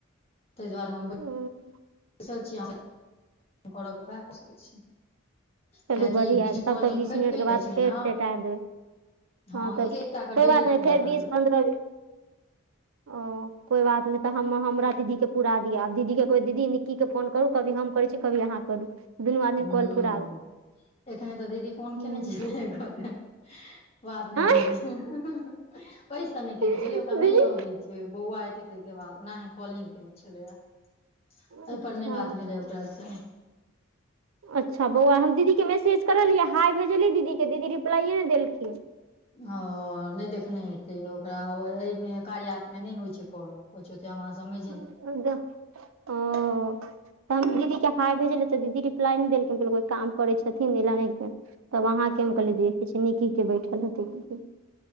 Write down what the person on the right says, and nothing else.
हुँ
चलू
बढ़िआँ
तब
तऽ बीस
मिनटके
बाद
फेर
टेटा देब। हँ
तब,
कोइ
बात नय
फेर बीस-
पन्द्रहबे ओ कोइ बात नय तऽ हम- हमरा दीदी के पुरा दिआ, आब दीदीे कहबै दीदी निक्कीके फोन करू, कभी हम करै छी कभी अहाँ करू। दुनू आदमी
कॉल पुराउ
हुँ
आँय
दीदी
अच्छा
अच्छा बौआ हम, दीदी के मैसज करलियैऽ हाइ भेजलियै दीदी के, दीदी रिप्लाइये नय देलखिन।
हं, दा। ओ, तऽ हम दीदी के हाय भेजलियै तऽ दीदी रिप्लाई नय देलखिन। <unintelligible> काम करै छथिन, अयले नय कुनु, तब अहां के हम कहलियै देखैय छी निकी के बैठल हेतैकी कि